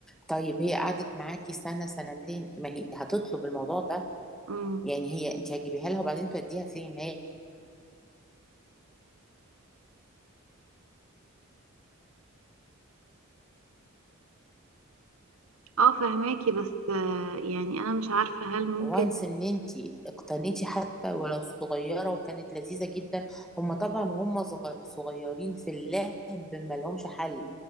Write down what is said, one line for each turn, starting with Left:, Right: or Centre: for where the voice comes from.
Centre: طيب هي قعدت معاكي سنه سنتين ما هي هتطلب الموضوع ده
Right: امم
Centre: يعني هي انت هتجيبيها لها وبعدين توديها فين هي
Right: اه فهماكي بس آه، يعني انا مش عارفه هل ممكن
Centre: وانس ان انت اقتنيتي حتى ولو صغيره وكانت لذيذه جدا هم طبعا وهم صغ- صغيرين في اللعب ما لهمش حل